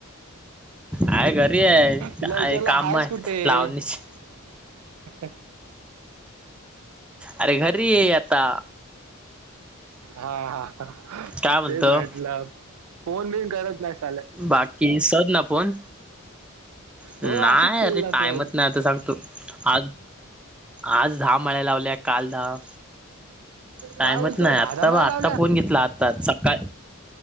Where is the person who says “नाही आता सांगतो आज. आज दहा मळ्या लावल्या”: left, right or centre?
Centre